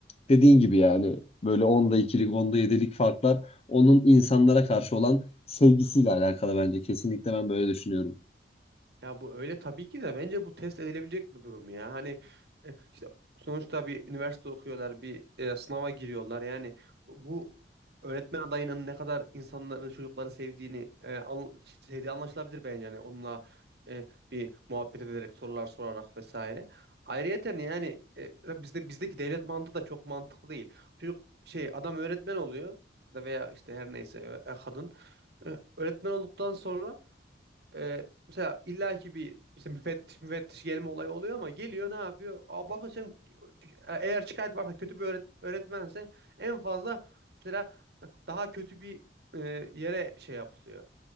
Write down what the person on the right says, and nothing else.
Ya bu öyle tabii ki de bence bu test edilebilecek bir durum ya. Hani e, işte sonuçta bir üniversite okuyorlar, bir e, sınava giriyorlar. Yani bu öğretmen adayının ne kadar insanları, çocukları sevdiğini e, an- sevdiği anlaşılabilir bence. Yani onunla e, bir muhabbet ederek, sorular sorarak vesaire. Ayrıyeten yani e, bizde bizdeki devlet mantığı da çok mantıklı değil. Çocuk şey adam öğretmen oluyor da veya işte her neyse e, kadın e, öğretmen olduktan sonra Ee, mesela illaki bir işte müfettiş müfettiş gelme olayı oluyor ama geliyor ne yapıyor? Aa, bakın sen eğer şikayet varsa kötü bir öğret- öğretmense en fazla mesela daha kötü bir e, yere şey yapılıyor.